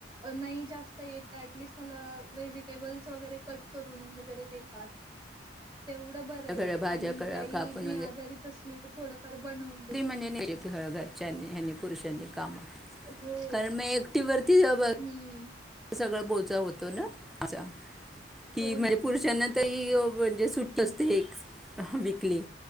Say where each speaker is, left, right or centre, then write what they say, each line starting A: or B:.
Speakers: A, on the right; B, in the centre.
A: नाही जास्त येत ऍटलिस्ट मला व्हेजिटेबल्स वगैरे कट करून वगैरे देतात. तेवढं बरंय
B: सगळ्या भाज्या
A: आणि
B: क-
A: काई
B: कापून
A: मी आजारीच असली तर थोडंफार बनव
B: कधी म्हणजे नेली घर घरच्यांनी पुरुषांनी काम
A: हो
B: कारण मी एकटि वरती अब
A: हम्म
B: सगळा बोजा होतो ना चा की
A: हो
B: म्हणजे
A: ना.
B: पुरुषांना म्हणजे सुट असते एक विइकली